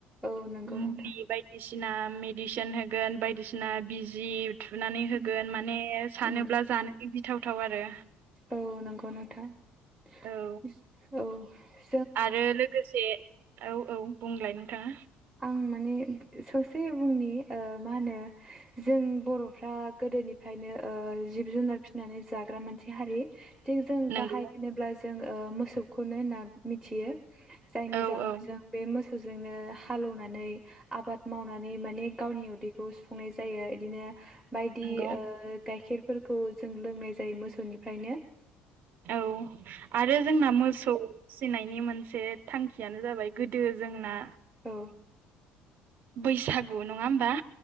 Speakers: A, in the centre; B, on the right.
A: औ नंगौ
B: मुलि
A: नोंथां
B: बायदिसिना मेडिसिन होगोन बायदिसिना बिजि थुनानै होगोन
A: उम
B: माने सानोब्ला
A: उम
B: जानो गिथावथाव आरो
A: औ नंगौ नोंथां <unintelligible>
B: औ
A: औ ।
B: आरो लोगोसे औ औ बुंलाय नोंथाङा
A: आं माने ससे बुंनि ओ मा होनो जों बर'फ्रा गोदोनिफा फायनो ओ जिब जुनार फिसिनानै जाग्रा मानसे हारि । थिं जों
B: नंगौ
A: गाहाय होनोब्ला जों ओ मोसौखौनो होनना मिथियो । जायनि
B: औ
A: जाहोनाव
B: औ
A: जों बे मोसौ जोंनो हालौनानै आबाद मावनानै माने गावनि उदैखौ सुफुंनाय जायो इदिनो बायदि
B: नंगौ
A: ओ गाइखेरफोरखौ जों लोंनाय जायो मोसौनिफ्रायनो ।
B: औ आरो जोंना मोसौ फिसिनायनि मोनसे थांखियानो जाबाय गोदो जोंना
A: औ
B: बैसागु नङा होमबा